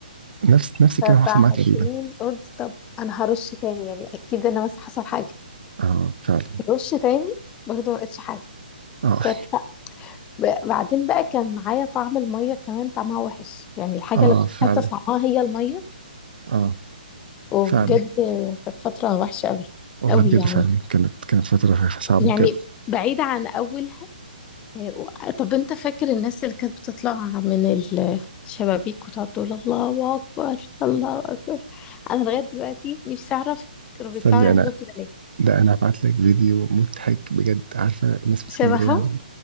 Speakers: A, on the right; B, on the left.
A: نفس نفس الكلام
B: فبعدين
A: حصل معايا تقريبا
B: قلت طب انا هرش تاني يعني اكيد انا مثلا حصل حاجه
A: اه فعلا
B: رش تاني برضه ما لقيتش حاجه
A: اه
B: كانت ب- بعدين بقى كان معايا طعم الميه كمان طعمها وحش يعني الحاجه
A: اه
B: اللي كنت
A: فعلا
B: حاسه طعمها هي الميه
A: اه
B: وبجد
A: فعلا
B: كانت فترة وحشة أوي
A: والله
B: أوي
A: بجد
B: يعني
A: فعلا كانت كانت فتره صعبه
B: يعني
A: بجد
B: بعيدة عن أولها يعني و- طب أنت فاكر الناس اللي كانت بتطلع من الشبابيك وتقعد تقول الله أكبر الله أكبر أنا لغاية دلوقتي نفسي أعرف كانوا بيطلعوا
A: استني
B: يعملوا
A: انا
B: كده ليه
A: ده انا هبعت لك فيديو مضحك بجد عارفه الناس في اسكندريه
B: شبههم